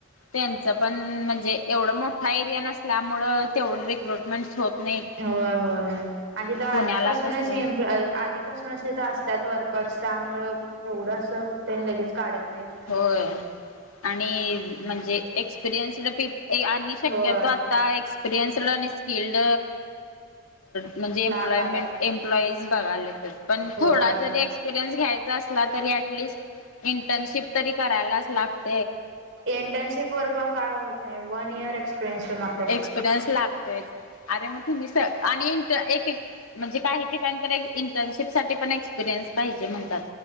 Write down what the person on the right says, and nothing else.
होय होय आणि तथ आधीपासूनच
इप आधीपासून असतात वर करस त्यामुळं एवढं असं ते लगेच काढत नाहीत ना
होय
लागायला
होय
इंटर्नशिप वर पण काय होत नाही वन इयर एक्सपिरियन्स माग